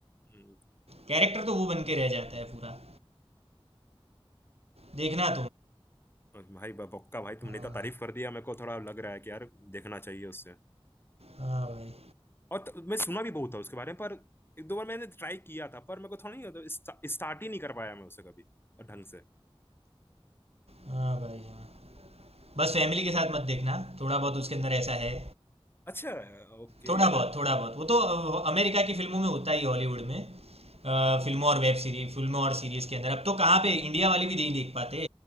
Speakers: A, on the left; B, on the right.
A: हम्म,
B: कैरेक्टर तो वो बन के रह जाता है पूरा देखना
A: और भाई बक्का भाई
B: तुम
A: तुमने इतना तारीफ कर दिया मेरे को थोड़ा लग रहा है कि यार देखना चाहिए उससे
B: हाँ भाई
A: और त- मैं सुना भी बहुत था उसके बारे में पर एक दो बार मैंने ट्राई किया था पर मेरे को थोड़ा नहीं होता स्टा, स्टार्ट ही नहीं कर पाया मैं उसे कभी और ढंग से
B: हाँ भाई हाँ बस फैमिली के साथ मत देखना थोड़ा बहुत उसके अंदर ऐसा है
A: अच्छा ओके
B: थोड़ा बहुत थोड़ा बहुत वो तो अ, अमेरिका की फिल्मों में होता ही हॉलीवुड में अ, फिल्मों और वेब सीरीज फिल्मों और सीरीज के अंदर अब तो कहाँ पे इंडिया वाली भी नहीं देख पाते